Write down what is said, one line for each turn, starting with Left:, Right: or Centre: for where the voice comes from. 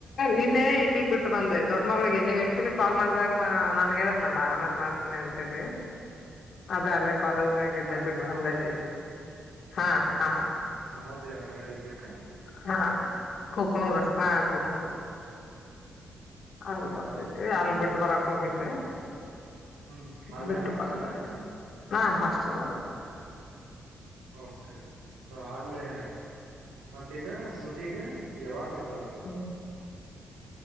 Left: ನಿನ್ನೆ ಈಟೀಗ್ ಬಿಟ್ಟು ಬಂದೆ ದೊಡ್ಡ ಮಳಿಗೆ ನೀವ್ ಆಕ್ಚುಲಿ ಕಾಲ್ ಮಾಡಿದಾಗ ನಾನನ್ ಹೇಳಿದ್ನಲ್ಲ ಆಮೇಲೆ ಮಾಡ್ತೀನಿ ಅಂತ ಹೇಳಿ ಅದ ಅಲ್ಲ ಕಾಲೇಜ್ ಮಾಗ ಇದ್ದೆ
Right: ಅಲ್ಲಿ
Left: ಬಿಟ್ಟ್ರ
Right: ನವೋದಯ
Left: ಬಂದ ಹಾ ಹ
Right: ನೌದೇ ಇದಬೇಕಾ
Left: ಹಾ ಕೊಕನೋರ ಹಾ ಕೊಕನೋರ್ ಹಾಲ್
Right: ಹಾ
Left: ಬರ್ತೈತಿ
Right: ಹಾ ಓಕೆ
Left: ಹಲ್ ಬಿಟ್ಟು ಬರಕ್ ಹೋಗಿದ್ದೆ
Right: ಹ್ಮ್ ಅಲ್ಲೇ
Left: ಬಿಟ್ಟು
Right: ಹಾಸ್ಟೆಲ್ನಾಗದ
Left: ಬಂದು ಹಾ ಹಾಸ್ಟೆಲ್ ಅಲ್ಲ
Right: ಓಕೆ ಸೊ ಅಲ್ಲಿೇ ಮತ್ತೀಗ ಸೂಟಿಗೆ ಯಾವಾಗ ಬಿಡ್ರಾ
Left: ಹ್ಮ್